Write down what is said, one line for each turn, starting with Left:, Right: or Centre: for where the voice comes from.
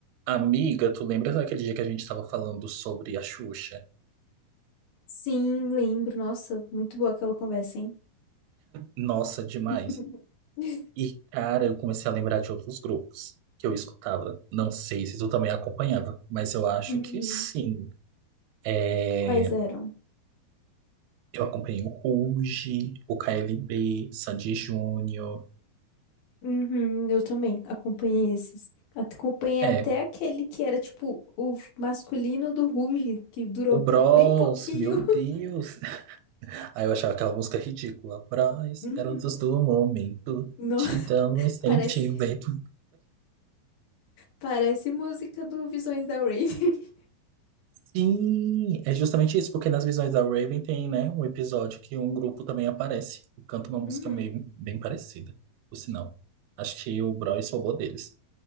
Right: Amiga, tu lembra daquele dia que a gente estava falando sobre a Xuxa?
Left: Sim, lembro. Nossa, muito boa aquela conversa, hein?
Right: Nossa, demais.
Left: <laughs>
Right: E, cara, eu comecei a lembrar de outros grupos que eu escutava. Não sei se tu também acompanhava, mas eu acho
Left: Uhum.
Right: que sim. É,
Left: Quais eram?
Right: eu acompanhei o Ruge, o KLB, Sandy Júnior.
Left: Uhum, eu também acompanhei esses. Acompanhei
Right: É,
Left: até aquele que era tipo o masculino do Ruge, que durou
Right: o Bros,
Left: bem pouquinho.
Right: meu Deus.
Left: <laughs>
Right: <laughs> Aí eu achava aquela música ridícula. Bros,
Left: Uhum.
Right: garotos do momento,
Left: Não,
Right: te dão
Left: <laughs>
Right: um sentimento.
Left: parece, parece música do Visões da Rave. <laughs>
Right: Sim, é justamente isso, porque nas visões da Raven tem, né, um episódio que um grupo também aparece e canta uma música
Left: Uhum.
Right: meio bem parecida, por sinal. Acho que o Bros roubou deles.